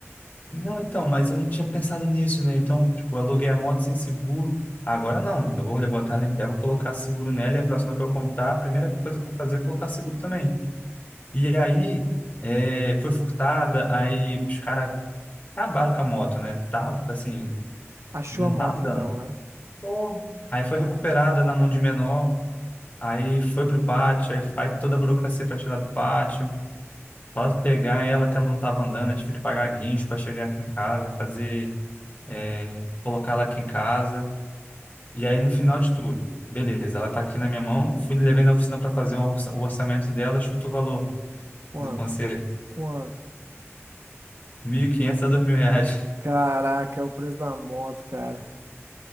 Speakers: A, on the left; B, on the right.
A: Não, então, mas eu não tinha pensado nisso, né? Então, tipo, eu aluguei a moto sem seguro. Agora não, eu vou botar ela em pé, vou colocar seguro nela e a próxima que eu comprar, a primeira coisa que eu fazer é colocar seguro também. E aí, é, foi furtada, aí os caras Acabaram com a moto, né? Tá, assim,
B: Achou
A: não
B: a moto
A: tá andando.
B: então, né?
A: Pô. Aí foi recuperada na mão de menor, aí foi pro pátio, aí faz toda a burocracia para tirar do pátio. Para pegar ela que ela não tava andando, eu tive que pagar guincho para chegar aqui em casa, fazer, é, colocar ela aqui em casa. E aí no final de tudo, beleza, ela tá aqui na minha mão, fui levei na oficina para fazer o orça- o orçamento dela, chuta o valor
B: Quanto?
A: do conserto,
B: Quanto?
A: 1.500 a 2.000 reais.
B: Caraca, é o preço da moto, cara.